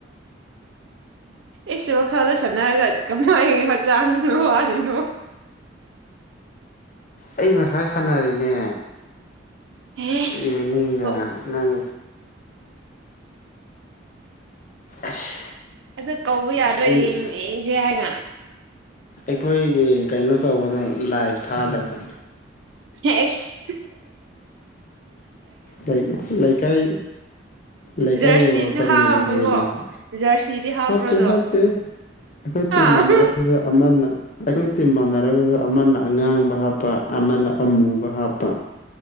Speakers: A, on the right; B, on the left.
A: ꯏꯁ ꯋꯥꯈꯜꯗ ꯁꯅꯔꯒ ꯀꯃꯥꯏ ꯆꯔꯁꯨ ꯑꯗꯨꯝ ꯋꯥꯔꯤꯗꯨꯕꯣ
B: ꯑꯩ ꯉꯁꯥꯏ ꯁꯥꯟꯅꯔꯦꯅꯦ
A: ꯏꯁ
B: ꯏꯚꯤꯅꯤꯡꯗ
A: ꯑꯣ
B: ꯅꯪ ꯑꯁ
A: ꯑꯖ ꯀꯧꯕ ꯌꯥꯗ꯭ꯔꯥ
B: ꯑꯩ
A: ꯌꯦꯡ ꯌꯦꯡꯁꯦ ꯍꯥꯏꯅ
B: ꯑꯩꯈꯣꯏꯒꯤ ꯀꯩꯅꯣ ꯇꯧꯕꯗꯣ ꯂꯥꯏꯚ ꯊꯥꯗꯕ
A: ꯍꯦꯁ
B: ꯂꯩ ꯂꯩꯀꯥꯏ ꯂꯩꯀꯥꯏꯒꯤ
A: ꯖꯔꯁꯤꯁꯨ
B: ꯋꯥꯔꯜ ꯀꯞꯅꯦꯕ
A: ꯍꯥꯞꯔꯝꯃꯣꯏꯀꯣ
B: ꯑꯩꯈꯣꯏꯒꯤꯗꯪ
A: ꯖꯔꯁꯤꯗꯤ ꯍꯥꯞꯄ꯭ꯔꯣꯗꯣ
B: ꯍꯥꯞꯇꯦ ꯍꯥꯞꯇꯦ ꯑꯩꯈꯣꯏ
A: ꯑꯥ
B: ꯇꯤꯝ ꯃꯥꯟꯅꯔꯛꯇꯔ ꯑꯃꯅ ꯑꯩꯈꯣꯏ ꯇꯤꯝ ꯃꯥꯟꯅꯔꯒꯁꯨ ꯑꯃꯅ ꯑꯉꯥꯡꯕ ꯍꯥꯞꯄ ꯑꯃꯅ ꯑꯃꯨꯕ ꯍꯥꯞꯄ